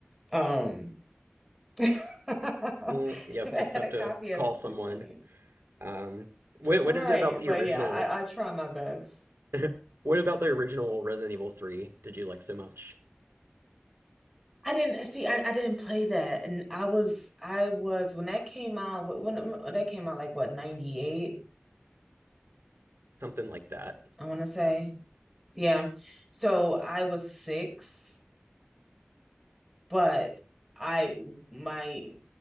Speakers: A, in the centre; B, on the right (about 80°).
A: um, <laughs> that
B: Mm, yep, just
A: had
B: have
A: a
B: to
A: copy of
B: call
A: it, it's
B: someone.
A: too funny.
B: Um, what what
A: Right.
B: is it about the
A: But
B: original?
A: yeah, I, I try my best.
B: <laughs> What about the original Resident Evil 3 did you like so much?
A: I didn't see. I, I didn't play that, and I was I was when that came out. wh- When, when that came out, like what 98,
B: Something like that.
A: I want to say. Yeah. So I was six, but I my